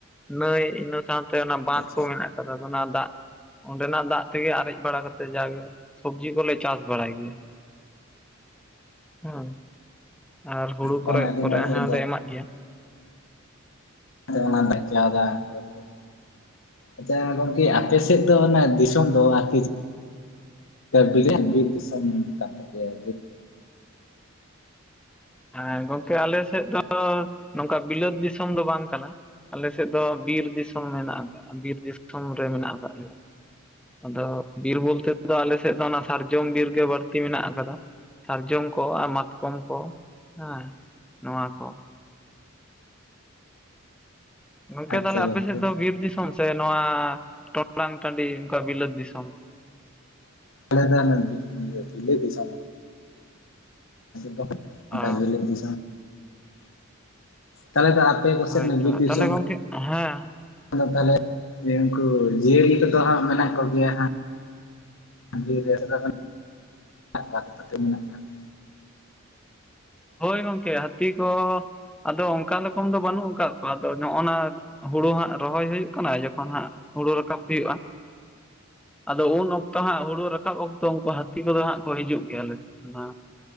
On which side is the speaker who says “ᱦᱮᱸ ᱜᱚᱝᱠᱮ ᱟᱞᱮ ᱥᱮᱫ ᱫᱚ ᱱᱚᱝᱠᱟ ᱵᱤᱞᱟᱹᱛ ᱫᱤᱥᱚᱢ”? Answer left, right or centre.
Centre